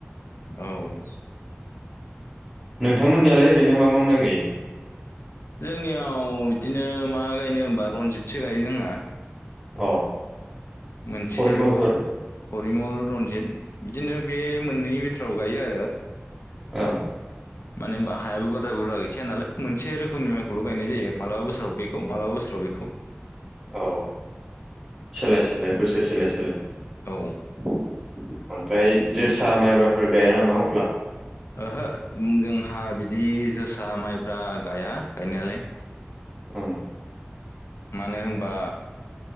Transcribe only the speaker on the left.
औ
जोंनियाव इदिनो मा गायनो हबा रनजितसो गायो जोंहा।
मोनसेल'
हरिमल रनजित बिदिनो बे मोननै बिथोराव गायो आरो
मानो होमबा हायाबो बारा बुरजा गैखाया नालाय मोनसे रोखोमनि माइखौल' गायनाय जायो। मालाबा बोसोराव बेखौ मालाबा बोसोराव बेखौ।
औ
ओहो जोंहा बिदि जोसा माइब्रा गाया गायनायालाय
मानो होनबा